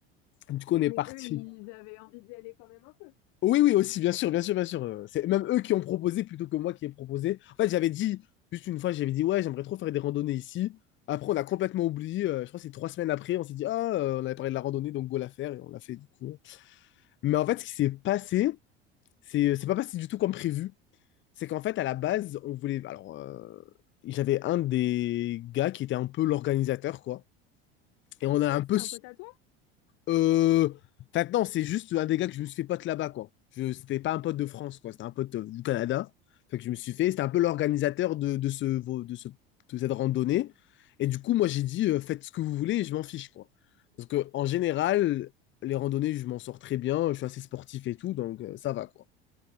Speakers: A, on the left; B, on the left.
A: Ok,
B: Du coup on est
A: mais
B: parti.
A: eux, ils avaient envie d'y aller quand même un peu.
B: Oui, oui, aussi, bien sûr, bien sûr, bien sûr. euh, C'est même eux qui ont proposé plutôt que moi qui ai proposé. En fait, j'avais dit, juste une fois, j'avais dit, ouais, j'aimerais trop faire des randonnées ici. Après, on a complètement oublié. euh, je crois que c'est trois semaines après, on s'est dit, ah, euh, on avait parlé de la randonnée, donc go la faire, et on l'a fait du coup. Mais en fait, ce qui s'est passé, c'est c'est pas passé du tout comme prévu. C'est qu'en fait, à la base, on voulait. Alors, euh, j'avais un des gars qui était un peu l'organisateur, quoi. Et on
A: Ok,
B: a un
A: c'était
B: peu.
A: un pote à toi?
B: Euh, enfin, non, c'est juste un des gars que je me suis fait pote là-bas, quoi. Je, c'était pas un pote
A: Ok.
B: de France, quoi. C'était un pote euh, du Canada. Fait que je me suis fait. C'était un peu l'organisateur de, de, ce, de, ce, de cette randonnée. Et du coup, moi, j'ai dit, euh, faites ce que vous voulez, je m'en fiche, quoi. Parce que, en général, les randonnées, je m'en sors très bien. Je suis assez sportif et tout, donc euh, ça va, quoi.